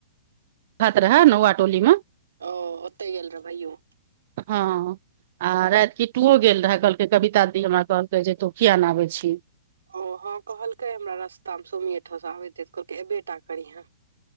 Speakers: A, on the right; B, on the right.
A: खत रह ह नौआ टोली में
B: ओ ओतऽ गेल रहै भइयो
A: हँ आ राति कीटु ओ गेल रहै कहलकै कविता दी हमरा कहलकै जे तु किया न आबै छी
B: ओ हँ कहलकै हमरा रास्ता मे सोमित ओठ से आबेे तऽ कहलकै एबेटा करीहं